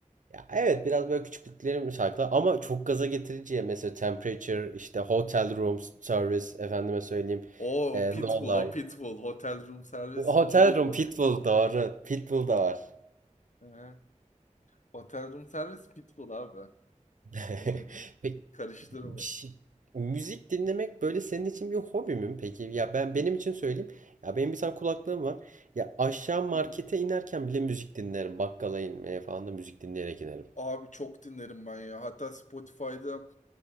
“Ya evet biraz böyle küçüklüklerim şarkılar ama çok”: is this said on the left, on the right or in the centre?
Right